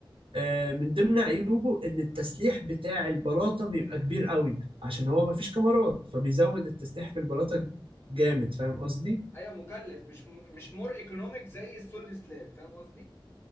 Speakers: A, on the right; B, on the left.
A: آه، من ضمن عيوبه ان التسليح بتاع البلاطه بيبقى كبير قوي عشان هو مفيش كاميرات فبيزود التسليح في البلاطه جامد فاهم قصدي
B: ايوه مكلف مش م... مش مور ايكونوميك زي السوليد سلاب فاهم قصدي؟